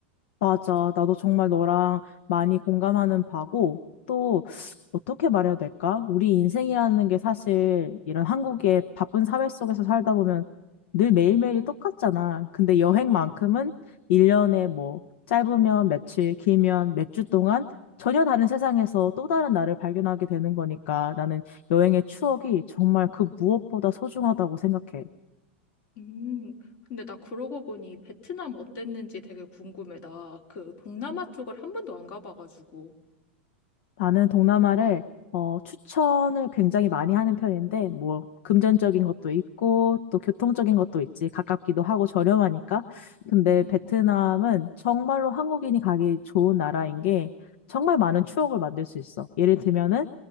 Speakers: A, on the left; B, on the left.
A: 맞아. 나도 정말 너랑 많이 공감하는 바고, 또, 어떻게 말해야 될까? 우리 인생이라는 게 사실 이런 한국의 바쁜 사회 속에서 살다 보면 늘 매일매일이 똑같잖아. 근데 여행만큼은 1년에 뭐, 짧으면 며칠, 길면 몇 주 동안 전혀 다른 세상에서 또 다른 나를 발견하게 되는 거니까 나는 여행의 추억이 정말 그 무엇보다 소중하다고 생각해.
B: 음, 근데 나 그러고 보니 베트남 어땠는지 되게 궁금해. 나 그 동남아 쪽을 한 번도 안 가봐가지고.
A: 나는 동남아를 어, 추천을 굉장히 많이 하는 편인데, 뭐, 금전적인 것도 있고, 또 교통적인 것도 있지. 가깝기도 하고 저렴하니까. 근데
B: 응
A: 베트남은 정말로 한국인이 가기 좋은 나라인 게, 정말 많은 추억을 만들 수 있어. 예를 들면은,